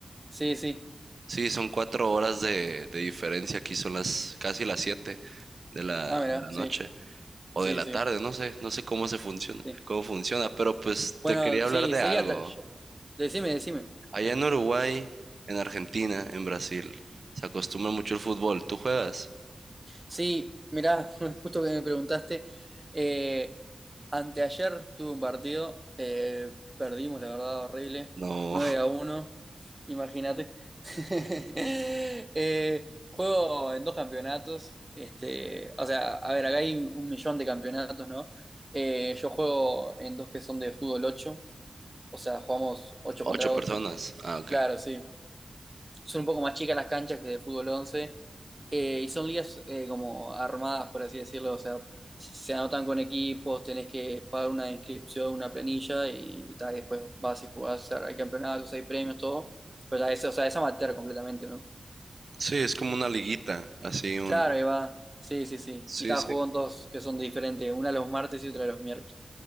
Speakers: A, on the right; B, on the right.
A: Sí, sí.
B: Sí, son cuatro horas de, de diferencia. Aquí son las casi las siete de la,
A: Ah,
B: de
A: mira,
B: la
A: sí,
B: noche o
A: sí,
B: de la
A: sí,
B: tarde, no sé, no sé cómo se funciona,
A: sí.
B: cómo funciona. Pero pues
A: Bueno,
B: te quería
A: sí,
B: hablar de
A: sería...
B: algo.
A: ta- yo- Decime, decime.
B: Allá en Uruguay, en Argentina, en Brasil, se acostumbra mucho el fútbol. ¿Tú juegas?
A: Sí, mira, <laughs> justo que me preguntaste, eh, Anteayer tuve un partido, eh, perdimos, la verdad, horrible,
B: No.
A: 9 a uno. imagínate. <laughs> Eh, juego en dos campeonatos, este, o sea, a ver, acá hay un millón de campeonatos, ¿no? Eh, yo juego en dos que son de fútbol 8, o sea, jugamos 8
B: Ocho
A: contra
B: personas.
A: 8.
B: Ah, ok.
A: claro, sí. Son un poco más chicas las canchas que de fútbol 11. Eh, y son ligas eh, como armadas, por así decirlo, o sea, se anotan con equipos, tenés que pagar una inscripción, una planilla y, ta, y después vas y jugás, o sea, hay campeonatos, hay premios, todo, pero ta, es, o sea, es amateur completamente, ¿no?
B: Sí, es como una liguita, así un...
A: Claro, ahí va, sí, sí, sí,
B: Sí,
A: y está,
B: sí.
A: juegan dos que son diferentes, una los martes y otra los miércoles.